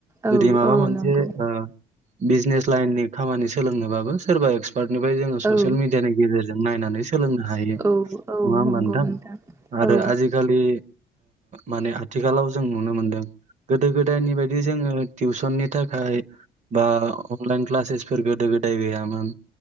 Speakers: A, on the right; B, on the right.
A: औ
B: जुदि माबा
A: औ
B: मोनसे
A: नंगौ
B: ओ बिजनेस लाइननि खामानि सोलोंनोबाबो सोरबा एक्स सार्टनिफ्राय जोङो ससियेल
A: औ
B: मिडियानि गेजेरजों नायनानै सोलोंनो हायो नङा
A: औ औ
B: होमबा
A: नंगौ
B: नोंथां आरो
A: औ
B: आजि खालि माने आथिखालाव जों नुनो मोनदों गोदो गोदायनि बायदि जोङो। टिउसननि थाखाय बा अनलाइन क्लासेसफोर गोदो गोदाय दै गैयामोन